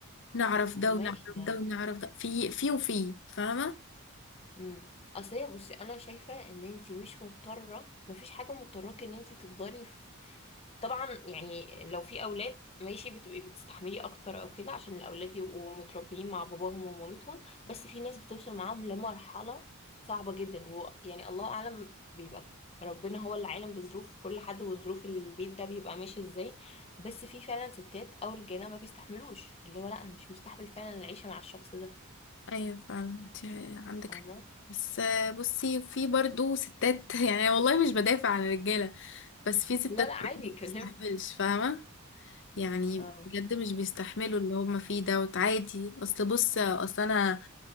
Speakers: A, on the left (about 60°); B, on the left (about 30°).
A: نعرف ده
B: طب ماشي
A: ونعرف ده ونعرف ده في في وفي فاهمه
B: امم اصل هي بصي انا شايفه ان انت مش مضطره مفيش حاجه مضطراك ان انت تفضلي في طبعا يعني لو في اولاد ماشي بتبقي بتستحملي اكتر او كده عشان الاولاد يبقوا متربيين مع باباهم ومامتهم بس في ناس بتوصل معاهم لمرحله صعبه جدا ويعني الله اعلم بيبقى ربنا هو اللي عالم بظروف كل حد وظروف البيت ده بيبقى ماشي ازاي بس في فعلا ستات او رجاله ما بيستحملوش اللي هو لا انا مش مستحمل فعلا العيشه مع الشخص ده
A: ايوه فعلا انت عندك
B: فاهمه
A: حق. بس آه، بصي في برضو ستات <laughs> يعني والله مش بدافع عن الرجاله بس في ستات
B: لا لا عادي
A: برضو ما بتستحملش
B: كلمني
A: فاهمه يعني
B: اه
A: بجد مش بيستحملوا اللي هم فيه دوت عادي اصل بص اصل انا